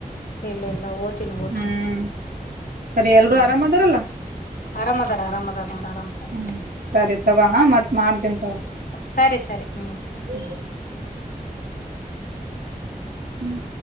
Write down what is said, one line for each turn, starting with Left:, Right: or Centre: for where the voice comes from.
Left: ಇಲ್ಲ ಇಲ್ಲ ಓ್ತೀನಿ ಓತೀನಿ
Right: ಹ್ಮ್ ಸರಿ ಎಲ್ರೂ
Left: ಹ್ಮ್
Right: ಆರಾಮದಾರಲ್ಲ
Left: ಆರಾಮ ಅದಾರ ಆರಾಮ ಅದ ನೋಡ ಆರಾಮ ಅದ
Right: ಹ್ಮ ಸರಿ ತಗೋ ಹ ಮತ್ತ ಮಾಡ್ತೀನಿ ತಗೋ
Left: ಸರಿ ಸರಿ ಹ್ಮ್
Right: ಹ್ಮ್ ಹ್ಮ್